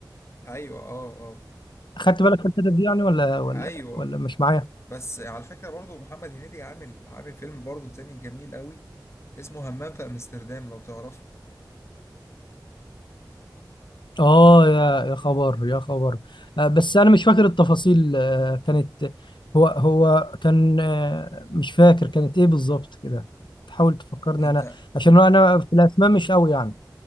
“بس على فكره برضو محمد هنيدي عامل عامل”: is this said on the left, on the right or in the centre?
Left